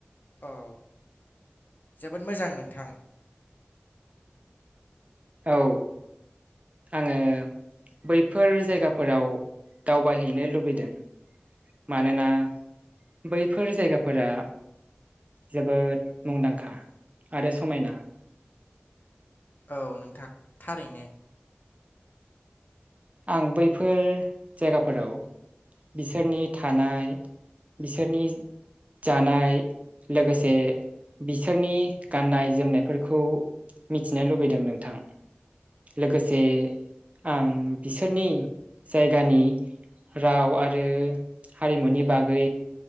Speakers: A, on the left; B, on the right.
A: औ जोबोद मोजां नोंथां।
B: औ। आङो बैफोर जायगाफोराव दावबायहैनो लुबै दों मानोना बैफोर जायगाफोरा जोबोद मुंदांखा आरो समायना।
A: औ नोंथां थारैनो।
B: आं बैफोर जायगाफोराव बिसोरनि थानाय बिसोरनि जानाय लोगोसे बिसोरनि गाननाय जोमनायफोरखौ मिथिनो लुबैदों नोंथां लोगोसे आं बिसोरनि जायगानि राव आरो हारिमुनि बागै